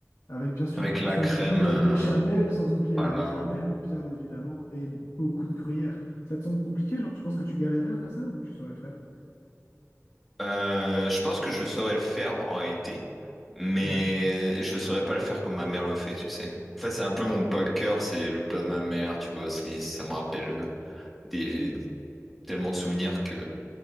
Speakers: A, on the left; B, in the centre.
A: Avec bien sûr,
B: Avec la
A: sans
B: crème,
A: oublier
B: euh,
A: la béchamel, sans oublier
B: voilà.
A: la béchamel, bien évidemment, et beaucoup de gruyère. Ça te semble compliqué, genre tu penses que tu galérerais à faire ça ou tu saurais le faire?
B: Euh, je pense que je saurais le faire en réalité, mais
A: Ouais.
B: je saurais pas le faire comme ma mère le fait, tu sais. En fait, c'est un peu mon poker, c'est le plat de ma mère, tu vois. C'est, ça me rappelle euh, des tellement de souvenirs que